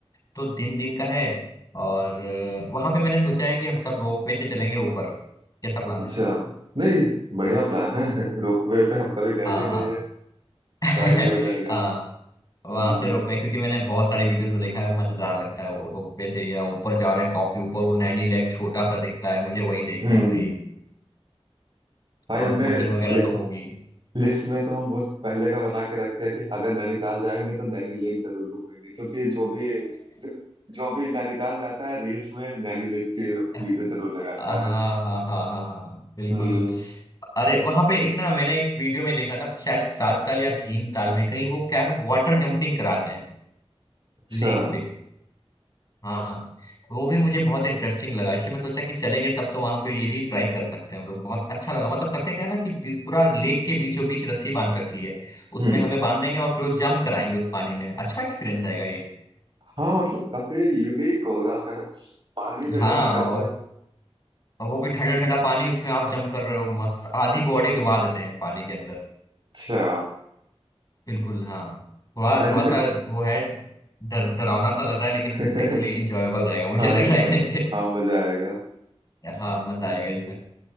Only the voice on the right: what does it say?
अच्छा
नहीं बढ़िया प्लान है <laughs> रोपवे पे हम कभी गए
भी
नहीं है
ट्राई भी हो जाएगा
हम्म
हम्म
भाई
हमने
लि,
लिस्ट में तो हम बहुत पहले का बना के रखे हैं कि अगर नैनीताल जाएंगे तो नैनी लेक जरूर घूमेंगे क्योंकि जो भी जो, जो भी नैनीताल जाता है रील्स में नैनी लेक की
वीडियो जरूर
लगाता है
हम्म
अच्छा
हम्म
हाँ मतलब काफी यूनिक होगा <laughs> पानी में
जंप करना
अच्छा
नैनीताल
<laughs>
हाँ
लेकिन
मज,
हाँ मजा आएगा
हम्म,